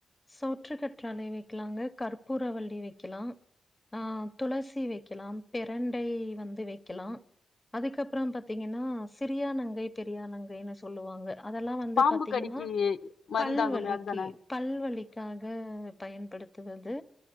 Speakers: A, on the left (about 20°); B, on the left (about 75°).
A: சோற்று கற்றாழை வெக்கலாங்க கற்பூரவள்ளி வெக்கலா ஆ துளசி வெக்கலா பிரண்டை வந்து வெக்கலா அதுக்கப்றோ பாத்தீங்கனா சிறியா நங்கை பெரியா நங்கைன்னு சொல்லுவாங்க அதெல்லா வந்து
B: பாம்பு
A: பாத்தீங்கனா
B: கடிக்கு மருந்தாகுமே
A: பல்வலிக்கு
B: அதுதானே
A: பல்வலி க்கு பயன்படுத்துவது